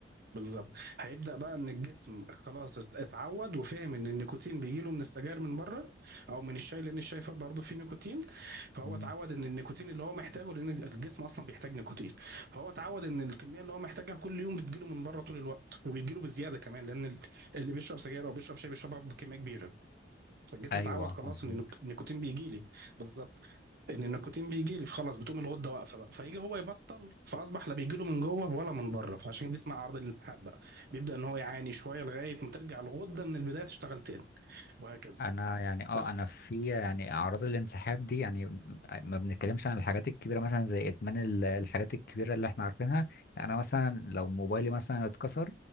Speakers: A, on the right; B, on the left.
A: بالظبط هيبدأ بقى ان الجسم خلاص است- اتعود وفهم ان النيكوتين بيجيله من السجاير من بره او من الشاي لان الشاي فيه برضه فيه نيكوتين فهو
B: مم.
A: اتعود ان النيكوتين اللي هو محتاجه لان الجسم اصلا بيحتاج نيكوتين فهو اتعود ان الكمية اللي هو محتاجها كل يوم بتجيله من بره طول الوقت وبيجيله بزيادة كمان لان ال- اللي بيشرب سجاير او بيشرب شاي بيشربها بكمية كبيرة فالجسم
B: ايوه
A: اتعود خلاص
B: مظبوط
A: ان النيك- النيكوتين بيجيلي بالظبط ان النيكوتين بيجي لي فخلاص بتقوم الغده واقفه بقى فيجي هو يبطل فاصبح لا بيجي له من جوه ولا من بره فعشان كده اسمها عرض الانسحاب بقى بيبدا ان هو يعاني شويه لغايه ما ترجع الغده من البدايه تشتغل تاني وهكذا
B: انا يعني اه
A: بس
B: انا في يعني اعراض الانسحاب دي يعني م- آه، ما بنتكلمش عن الحاجات الكبيره مثلا زي ادمان ال- الحاجات الكبيره اللي احنا عارفينها يعني انا مثلا لو موبايلي مثلا اتكسر